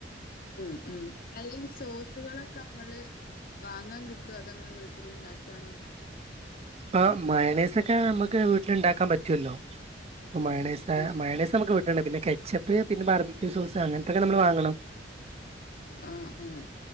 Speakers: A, on the left; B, on the right.
A: ഉം ഉം, അല്ലെിൽ സോസുകളൊക്കെ നമ്മള് വാങ്ങാൻ കി അത് നമ്മൾ വീട്ടിൽ ഇണ്ടാക്കാണോ?
B: ആ മയണേസൊക്കെ നമ്മക്ക് വീട്ടില്ണ്ടാക്കാൻ പറ്റുവല്ലോ. അപ്പം മയോണേസായ
A: ഉം
B: മയോണേസ് നമുക്ക് വിട്ടില്ണ്ട് പിന്നെ കെച്ചപ്പ്, പിന്ന ബാർബിക്ക് സോസ് അങ്ങൻത്തൊക്കെ നമ്മള് വാങ്ങണം.
A: ആഹ് ആഹ്